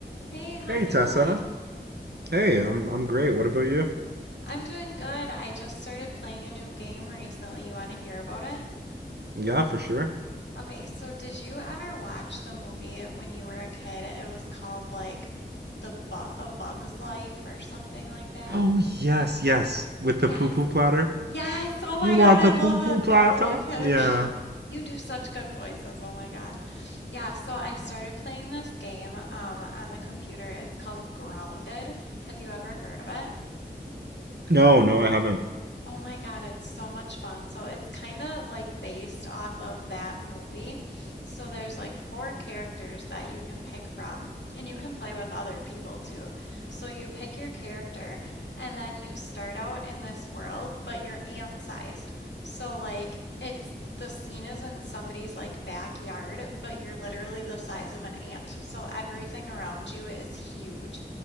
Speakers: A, on the left; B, on the right.
A: Hey, how's
B: Hey Tessa.
A: it going?
B: Hey, I'm I'm great. What about you?
A: I'm doing good. I just started playing a new game recently. You want to hear about it?
B: Yeah, for sure.
A: Okay, so did you ever watch the movie when you were a kid? It was called like The Bu A Bug's Life or something like that.
B: Oh yes, yes. With
A: Yes.
B: the poo-poo platter.
A: Yes. Oh my
B: You want
A: God, I
B: the
A: love
B: poo-poo
A: that fat
B: platter?
A: little caterpillar.
B: Yeah.
A: <laughs> You do such good voices. Oh my God. Yeah, so I started playing this game um on the computer. It's called Grounded. Have you ever heard of it?
B: No, no, I haven't.
A: Oh my God, it's so much fun. So it's kind of like based off of that movie. So there's like four characters that you can pick from, and you can play with other people too. So you pick your character, and then you start out in this world, but you're ant-sized. So like it's the scene is in somebody's like backyard, but you're literally the size of an ant. So everything around you is huge.